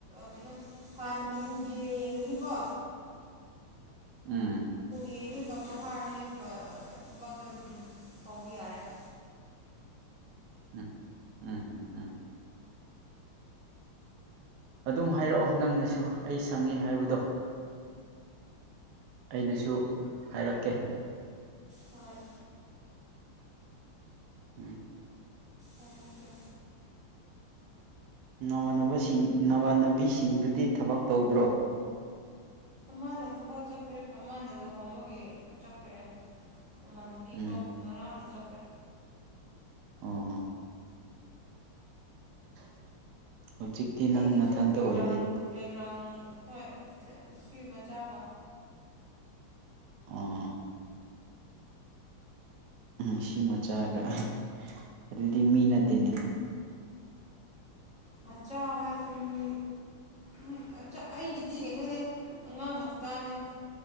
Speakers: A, in the centre; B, on the right (about 85°).
A: ꯀꯩꯅꯣ ꯍꯥꯟꯅ ꯃꯨꯕꯤ ꯌꯦꯡꯉꯅꯤꯀꯣ
B: ꯎꯝ
A: ꯌꯦ ꯑꯅꯤꯕ ꯄꯣꯠ ꯍꯥꯔꯅꯤ ꯑꯗꯨꯒ ꯊꯕꯛꯗ ꯑꯗꯨꯝ ꯐꯥꯎꯕ ꯌꯥꯔꯦ <inaudible>
B: ꯎꯝ ꯎꯝ ꯎꯝ ꯎꯝ ꯑꯗꯨꯝ ꯍꯥꯏꯔꯛꯑꯣ ꯅꯪꯅꯁꯨ ꯑꯩ ꯁꯪꯉꯦ ꯍꯥꯏꯕꯗꯣ ꯑꯩꯅꯁꯨ ꯍꯥꯏꯔꯛꯀꯦ
A: ꯍꯣꯏ
B: ꯎꯝ
A: ꯑꯣ ꯀ
B: ꯅꯃꯥꯟꯅꯕꯁꯤꯡ ꯅꯃꯥꯟꯅꯕꯤꯁꯤꯡꯗꯨꯗꯤ ꯊꯕꯛ ꯇꯧꯗ꯭ꯔꯣ
A: ꯑꯃꯅ ꯊꯕꯛ ꯆꯠꯈ꯭ꯔꯦ ꯑꯃꯅ ꯂꯨꯍꯣꯡꯕꯒꯤ ꯆꯠꯈ꯭ꯔꯦ ꯃꯃꯟꯕꯤ
B: ꯎꯝ
A: ꯀꯣ ꯉꯔꯥꯡꯅ ꯆꯠꯈ꯭ꯔꯦ
B: ꯑ <inaudible> ꯅꯪ
A: ꯑꯩꯒꯤꯁꯨ
B: ꯅꯊꯟꯇ
A: ꯕꯦꯛꯒ꯭ꯔꯥꯎꯟ
B: ꯑꯣꯏꯔꯦ
A: ꯕꯦꯛꯒ꯭ꯔꯥꯎꯟ ꯍꯣꯏ ꯁꯤ ꯃꯆꯥꯒ
B: ꯑꯣ ꯎꯝ ꯁꯤ ꯃꯆꯥꯒ ꯑꯗꯨꯗꯤ ꯃꯤ ꯅꯠꯇꯦꯅꯦ
A: ꯃꯆꯥ ꯍꯥꯏꯁꯤ ꯃꯤ ꯎꯝ ꯑꯩꯒꯤꯗꯤ ꯀꯩꯅꯣꯗꯦ ꯑꯉꯥꯡ ꯃꯆꯥꯅꯦ